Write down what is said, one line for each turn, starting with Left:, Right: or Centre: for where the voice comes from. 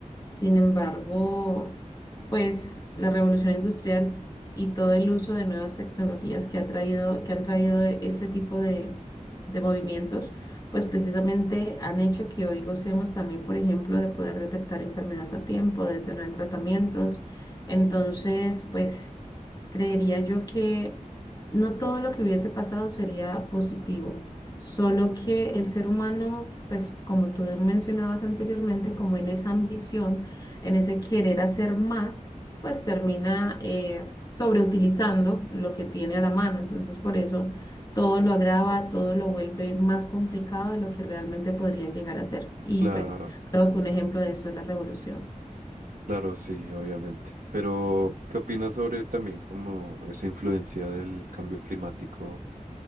Left: Sin embargo pues la revolución industrial y todo el uso de nuevas tecnologías que ha traído, que han traído este tipo de, de movimientos, pues precisamente han hecho que hoy gocemos también, por ejemplo, de poder detectar enfermedades a tiempo, de tener tratamientos. Entonces, pues creería yo que no todo lo que hubiese pasado sería positivo, solo que el ser humano, pues como tú mencionabas anteriormente, como en esa ambición, en ese querer hacer más, pues termina eh, sobreutilizando lo que tiene a la mano. Entonces, por eso todo lo agrava, todo lo vuelve más complicado de lo que realmente podría llegar a ser. Y
Right: Claro,
Left: pues creo que un ejemplo de eso es la revolución.
Right: claro, sí, obviamente. Pero, ¿qué opinas sobre también como esa influencia del cambio climático